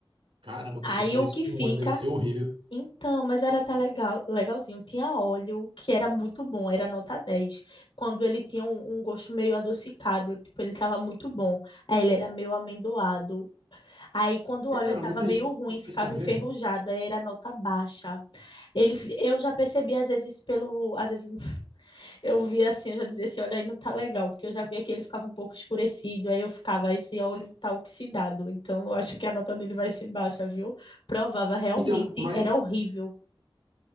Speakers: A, on the right (about 85°); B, on the left (about 60°).
A: Caramba, a pessoa
B: Aí
A: fazer
B: o
A: isso
B: que
A: com
B: fica,
A: óleo deve ser horrível.
B: então, mas era até legal, legalzinho, tinha óleo, que era muito bom, era nota 10. quando ele tinha um, um gosto meio adocicado, tipo, ele tava muito bom, aí ele era meio amendoado, Aí, quando o
A: Caramba,
B: óleo estava
A: tem
B: meio ruim, ficava
A: isso também.
B: enferrujado, aí era nota baixa. Ele, fi- eu já percebi, às vezes, pelo. Às vezes <laughs> eu via assim, eu já dizia, esse óleo aí não tá legal, porque eu já via que ele ficava um pouco escurecido, aí eu ficava, esse óleo tá oxidado, então eu acho que a nota dele vai ser baixa, viu? Provava, realmente
A: Então, mas,
B: era horrível.